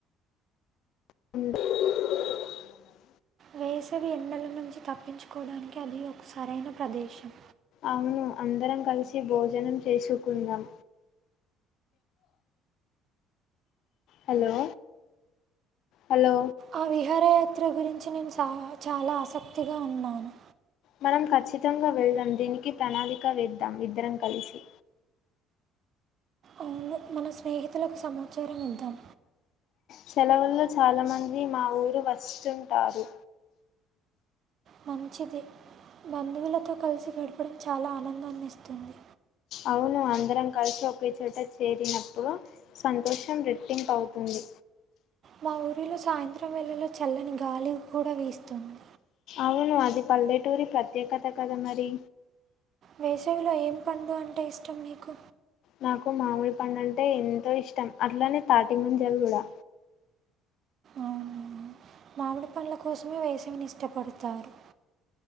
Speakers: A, on the left (about 50°); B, on the right (about 45°).
A: <inaudible>
B: వేసవి ఎండల నుంచి తప్పించుకోవడానికి అది ఒక సరైన ప్రదేశం
A: అవును అందరం కలిసి భోజనం చేసుకుందాం హలో హలో
B: ఆ విహారయాత్ర గురించి నేను చ చాలా ఆసక్తిగా ఉన్నాను
A: మనం ఖచ్చితంగా వెళ్దాం దీనికి ప్రణాళిక వేద్దాం ఇద్దరం కలిసి
B: అవును మన స్నేహి తులకు సమాచారం ఇద్దాం
A: సెలవుల్లో చాలామంది మా ఊరు వస్తుంటారు
B: మంచిది బంధువులతో కలిసి గడపడం చాలా ఆనందాన్నిస్తుంది
A: అవును అందరం కలిసి ఒకే చోట చేరినప్పుడు సంతోషం రెట్టింపు రెట్టింపుఅవుతుంది
B: మా ఊరిలో సాయంత్రం వేళలో చల్లని గాలి కూడా వీస్తుంది
A: అవును అది పల్లెటూరి ప్రత్యేకత కదా మరి
B: వేసవిలో ఏం పండు అంటే ఇష్టం నీకు
A: నాకు మామిడిపండు అంటే ఎంతో ఇష్టం అట్లానే తాటి మంజలు కూడా
B: అవును మామిడి పండ్ల కోసమే వేసవిని ఇష్టపడతారు